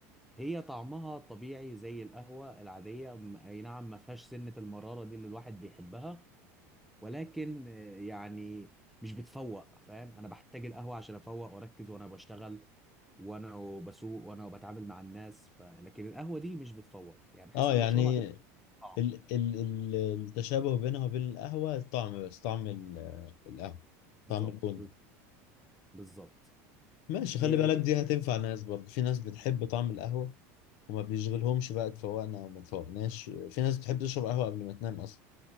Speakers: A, in the centre; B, on the left.
A: هي طعمها طبيعي زي القهوة العادية م- اي نعم ما فيهاش سنة المرارة دي اللي الواحد بيحبها ولكن آه، يعني مش بتفوق فاهم انا بحتاج القهوة عشان افوق واركز وانا بشتغل وانا بسوق وانا بتعامل مع الناس ف... لكن القهوة دي مش بتفوق يعني بحس
B: أه
A: ان
B: يعني
A: انا بشربها كده طعم
B: ال ال ال التشابه بينها وبين القهوة الطعم بس طعم ال- القهوة
A: بالظبط
B: طعم البن
A: بالظبط
B: ماشي خلي
A: إيه،
B: بالك دي هتنفع ناس برضه في ناس بتحب طعم القهوة وما بيشغلهمش بقى اتفوقنا او ما اتفوقناش في ناس بتحب تشرب قهوة قبل ما تنام اصلا